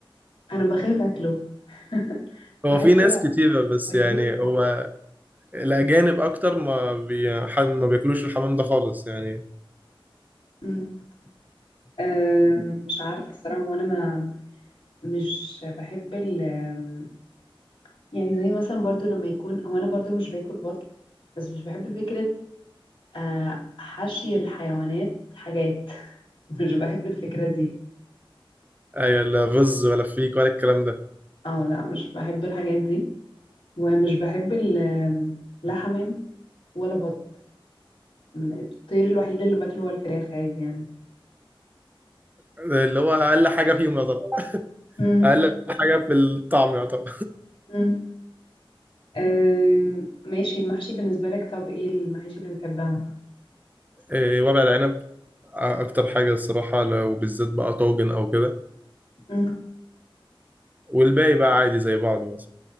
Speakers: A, on the left (about 65°); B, on the right (about 20°).
A: انا بخاف اكله <laughs>
B: هو
A: بحسه
B: في ناس كتيرة بس
A: هيطير
B: يعني
A: في بقي
B: هو الأجانب أكتر ما بي... ح- ما بياكلوش الحمام ده خالص يعني
A: أمم. آم، مش عارفه الصراحه وانا ما مش بحب ال آم، يعني زي مثلا برضو لما يكون هو انا برضو مش باكل بط بس مش بحب فكره آه، حشي الحيوانات حاجات <laughs> مش بحب الفكره دي
B: أي لا رز ولا فيك ولا الكلام ده
A: اه لا مش بحب الحاجات دي ومش بحب ال آم، لا حمام ولا بط م- الطير الوحيد اللي باكله هو الفراخ عادي يعني
B: اللي هو أقل حاجة فيهم يعتبر
A: امم
B: أقل حاجة في الطعم يعتبر
A: امم أم، ماشي المحشي بالنسبة لك طب ايه المحاشي اللي بتحبها
B: إيه ورق العنب أكتر حاجة الصراحة لو بالذات بقى طاجن أو كده
A: امم
B: والباقي بقى عادي زي بعضه